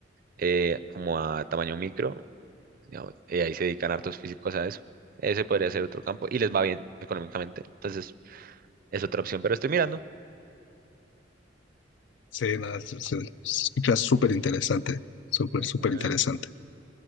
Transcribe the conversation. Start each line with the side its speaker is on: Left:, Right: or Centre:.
Right: eh, como a tamaño micro, digamos, y ahí se dedican hartos físicos a eso. Ese podría ser otro campo y les va bien económicamente. Entonces, es otra opción, pero estoy mirando.
Left: Sí, nada, se, se- se escucha súper interesante, súper,
Right: Ujú,
Left: súper interesante.